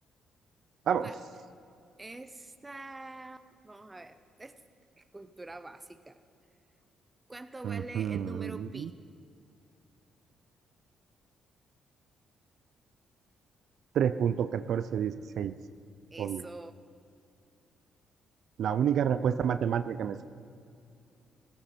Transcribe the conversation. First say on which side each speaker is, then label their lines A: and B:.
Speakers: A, on the right (about 70°); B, on the right (about 15°).
A: Vamos.
B: Va, esta, vamos a ver, esta es cultura básica. ¿Cuánto
A: Ujú.
B: vale el número pi?
A: 3.1416,
B: Eso,
A: obvio. La única respuesta matemática que me sé.